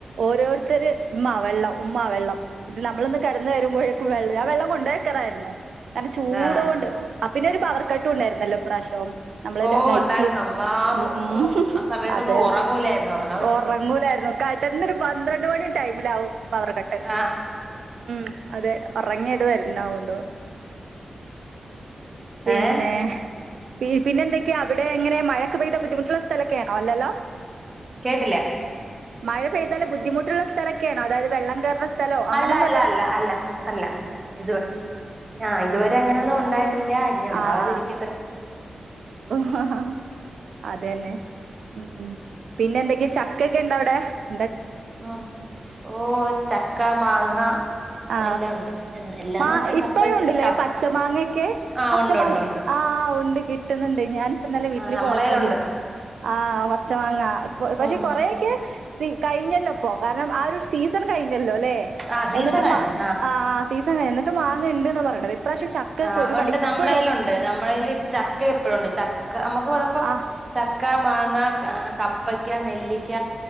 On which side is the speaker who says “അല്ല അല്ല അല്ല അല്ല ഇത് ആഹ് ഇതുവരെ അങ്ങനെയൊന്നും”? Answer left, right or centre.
Right